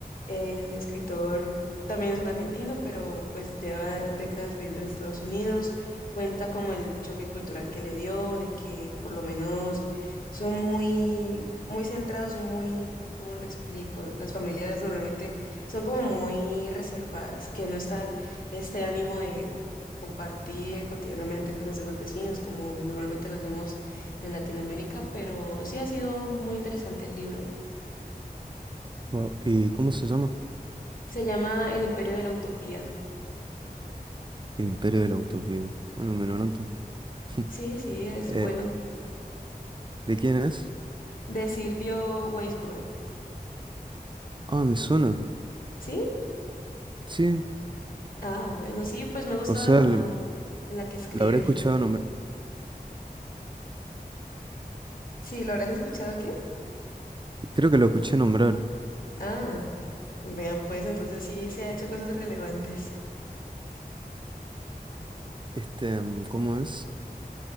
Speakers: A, on the left; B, on the right.
A: el escritor también es un argentino, pero pues lleva décadas viviendo en Estados Unidos. Cuenta como el choque cultural que le dio, de que por lo menos son muy, muy centrados, son muy, ¿cómo lo explico? Las familias normalmente son como muy reservadas, que no está este ánimo de compartir cotidianamente con los demás vecinos, como normalmente lo hacemos en Latinoamérica, pero sí ha sido muy interesante el libro.
B: Wow. ¿Y cómo se llama?
A: Se llama El Imperio de la Utopía.
B: El Imperio de la Utopía. Bueno, me lo anoto. <laughs>
A: Sí, sí, es
B: Eh,
A: bueno.
B: ¿de quién es?
A: De Silvio Weisberg.
B: Ah, me suena.
A: ¿Sí?
B: Sí.
A: Ah, bueno, sí, pues me ha gustado
B: O sea,
A: la forma
B: l-
A: en la que escribe.
B: lo habré escuchado nombrar.
A: Sí, ¿lo habrás escuchado qué?
B: Creo que lo escuché nombrar.
A: Ah, vean, pues entonces sí se ha hecho cosas relevantes.
B: Este, mm, ¿cómo es?